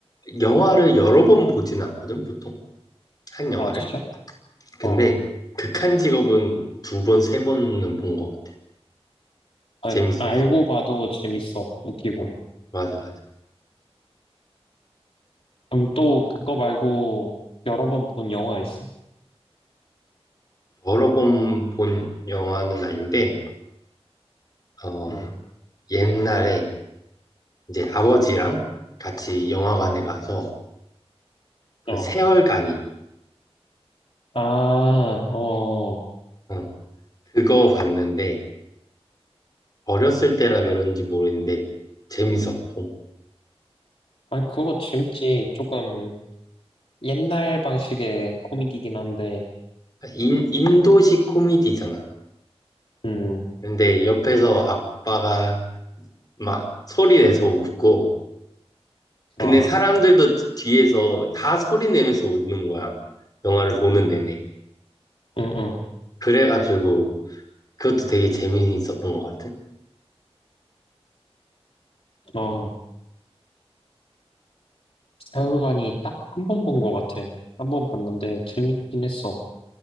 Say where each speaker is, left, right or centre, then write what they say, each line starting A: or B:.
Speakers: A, on the left (about 40°); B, on the left (about 65°).
A: 영화를 여러 번 보진 않거든, 보통. 한 영화를.
B: 아, 진짜?
A: 근데
B: 어.
A: 극한직업은 두 번, 세 번은 본 것 같아.
B: 아,
A: 재밌었어.
B: 알고 봐도 재밌어. 웃기고.
A: 어, 맞아, 맞아.
B: 그럼 또 그거 말고 여러 번 본 영화 있어?
A: 여러 번 본 영화는 아닌데, 어,
B: 응.
A: 옛날에 이제 아버지랑 같이 영화관에 가서 그
B: 어.
A: 세월간이
B: 아, 어.
A: 어, 그거 봤는데 어렸을 때라 그런지 모르겠는데 재밌었고
B: 아, 그거 재밌지. 조금 옛날 방식의 코미디긴 한데,
A: 그러니까 인, 인도식 코미디잖아.
B: 음,
A: 근데 옆에서 아빠가 막 소리 내서 웃고 근데
B: 어,
A: 사람들도 뒤에서 다 소리 내면서 웃는 거야. 영화를 보는 내내.
B: 응, 응,
A: 그래가지고 그것도 되게 재미있었던 것 같은.
B: 어, 세월간이 딱 한 번 본 것 같아. 한 번 봤는데 재밌긴 했어.